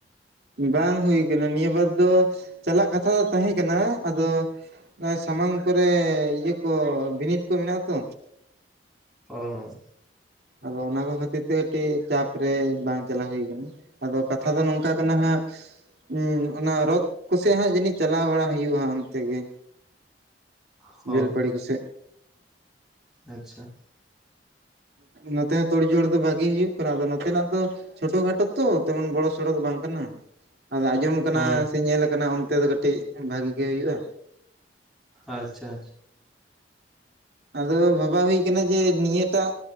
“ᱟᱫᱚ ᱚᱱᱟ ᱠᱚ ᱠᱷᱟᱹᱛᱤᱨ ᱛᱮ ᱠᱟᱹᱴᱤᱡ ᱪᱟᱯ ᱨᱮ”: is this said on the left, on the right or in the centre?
Right